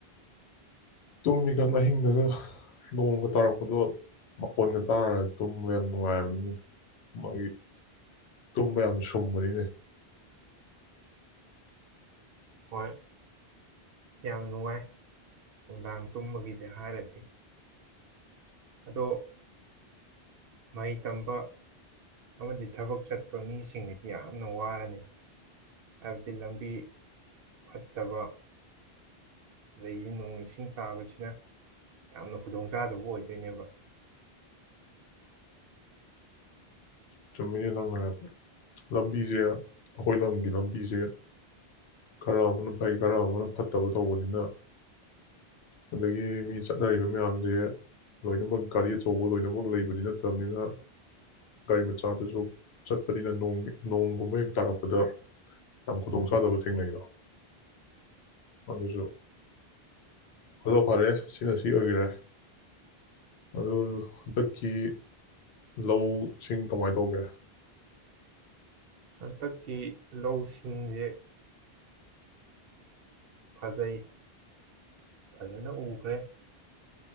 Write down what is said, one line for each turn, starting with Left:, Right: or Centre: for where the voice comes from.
Left: ꯇꯨꯝꯃꯤꯀꯥꯟ ꯑꯍꯤꯡꯗꯒ ꯅꯣꯡꯒ ꯇꯥꯔꯛꯄꯗꯣ ꯃꯈꯣꯟꯒ ꯇꯥꯔꯒ ꯇꯨꯝꯕ ꯌꯥꯝ ꯅꯨꯡꯉꯥꯏꯕꯅꯤꯅ ꯃꯥꯒꯤ ꯇꯨꯝꯕ ꯌꯥꯝ ꯁꯨꯝꯕꯅꯤꯅꯦ
Right: ꯍꯣꯏ ꯌꯥꯝ ꯅꯨꯡꯉꯥꯏ ꯅꯨꯡꯗꯥꯡ ꯇꯨꯝꯕꯒꯤꯗ ꯍꯥꯏꯔꯗꯤ ꯑꯗꯣ ꯃꯍꯩ ꯇꯝꯕ ꯑꯃꯗꯤ ꯊꯕꯛ ꯆꯠꯄ ꯃꯤꯁꯤꯡꯗꯤ ꯌꯥꯝꯅ ꯋꯥꯔꯅꯤ ꯍꯥꯏꯕꯗꯤ ꯂꯝꯕꯤ ꯐꯠꯇꯕ ꯑꯗꯒꯤꯗꯤ ꯅꯣꯡ ꯏꯁꯤꯡ ꯇꯥꯕꯁꯤꯅ ꯌꯥꯝꯅ ꯈꯨꯗꯣꯡ ꯆꯥꯗꯕ ꯑꯣꯏꯗꯣꯏꯅꯦꯕ
Left: ꯆꯨꯝꯃꯤꯅꯦ ꯅꯪꯅ ꯍꯥꯏꯕꯗꯣ ꯅꯪꯉꯥꯏꯕ ꯂꯝꯕꯤꯁꯦ ꯑꯩꯈꯣꯏ ꯂꯝꯒꯤ ꯂꯝꯕꯤꯁꯦ ꯈꯔ ꯑꯃꯅ ꯐꯩ ꯈꯔ ꯑꯃꯅ ꯐꯠꯇꯕ ꯇꯧꯕꯅꯤꯅ ꯑꯗꯒꯤ ꯃꯤ ꯆꯠꯅꯔꯤꯕ ꯃꯌꯥꯝꯁꯦ ꯂꯣꯏꯅꯃꯛ ꯒꯥꯔꯤ ꯑꯆꯧꯕ ꯂꯣꯏꯅꯃꯛ ꯂꯩꯕꯗꯤ ꯅꯠꯇꯕꯅꯤꯅ ꯒꯥꯔꯤ ꯃꯆꯥꯗꯨꯁꯨ ꯆꯠꯄꯅꯤꯅꯣꯡ ꯅꯣꯡꯒꯨꯝꯕ ꯍꯦꯛ ꯇꯥꯔꯛꯄꯗ ꯌꯥꯝ ꯈꯨꯗꯣꯡꯆꯥꯗꯕ ꯊꯦꯡꯅꯩꯗꯣ ꯑꯗꯨꯁꯨ ꯑꯗꯣ ꯐꯔꯦ ꯁꯤꯅ ꯁꯤ ꯑꯣꯏꯈꯔꯦ ꯑꯣ ꯍꯟꯗꯛꯀꯤ ꯂꯧ ꯁꯤꯡ ꯀꯃꯥꯏꯅ ꯇꯧꯒꯦ
Right: ꯍꯟꯇꯛꯀꯤ ꯂꯧꯁꯤꯡꯁꯦ ꯐꯖꯩ ꯐꯖꯅ ꯎꯈ꯭ꯔꯦ